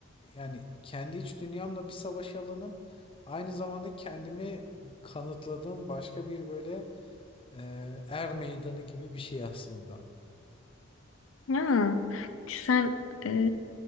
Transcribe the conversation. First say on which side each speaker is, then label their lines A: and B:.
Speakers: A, on the left; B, on the left.
A: yani kendi iç dünyamla bir savaş alanım. Aynı zamanda kendimi kanıtladığım başka bir böyle e, er meydanı gibi bir şey aslında.
B: Ya sen e,